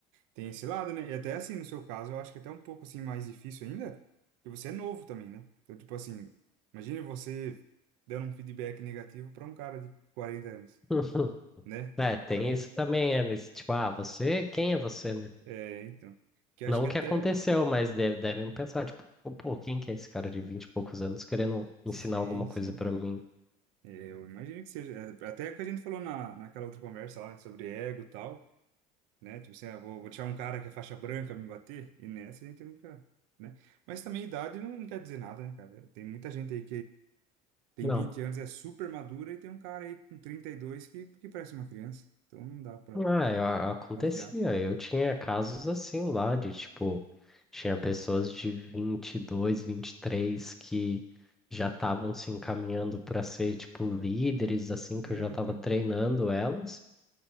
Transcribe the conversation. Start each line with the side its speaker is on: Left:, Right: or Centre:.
Right: Tem esse lado, né? E até assim, no seu caso, eu acho que é até um pouco assim mais difícil ainda, porque você é novo também, né? Então, tipo assim, imagine você dando um feedback negativo para um cara de 40 anos,
Centre: <laughs>
Right: né?
Centre: É, tem isso também, eles, tipo, ah, você, quem é você, né?
Right: É, então, que eu
Centre: Não
Right: acho que
Centre: o
Right: até
Centre: que aconteceu, mas deve- devem pensar, tipo, pô, quem que é esse cara de 20 e poucos anos querendo
Right: sim,
Centre: ensinar alguma coisa
Right: sim.
Centre: pra mim?
Right: É, eu imagino que seja, É, até que a gente falou na naquela outra conversa lá né, sobre ego e tal, né? Tipo assim, ah, vou, vou deixar um cara que é faixa branca me bater, e nessa a gente nunca, né? Mas também idade não quer dizer nada, né, cara? Tem muita gente aí Tem
Centre: Não.
Right: 20 anos, é super madura e tem um cara aí com 32 que, que parece uma criança. Então não dá pra
Centre: Ah, eu- a- acontecia.
Right: basear.
Centre: Eu tinha casos assim lá de, tipo, tinha pessoas de 22, três que já estavam se encaminhando para ser, tipo, líderes, assim, que
Right: Uhum,
Centre: eu já estava treinando elas.